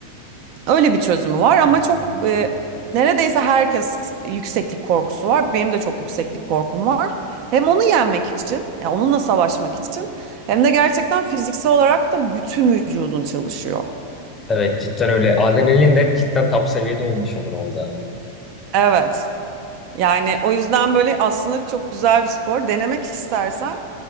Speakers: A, on the right (about 50°); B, on the left (about 20°).
A: Öyle bir çözümü var ama
B: Hmm.
A: çok e, neredeyse herkes yükseklik korkusu var. Benim de çok yükseklik korkum var. Hem onu yenmek için, ya onunla savaşmak için hem de gerçekten fiziksel olarak da bütün vücudun çalışıyor.
B: Evet cidden öyle. Adrenalin de cidden top seviyede olmuş olur onda.
A: Evet. Yani o yüzden böyle aslında çok güzel bir spor. Denemek istersen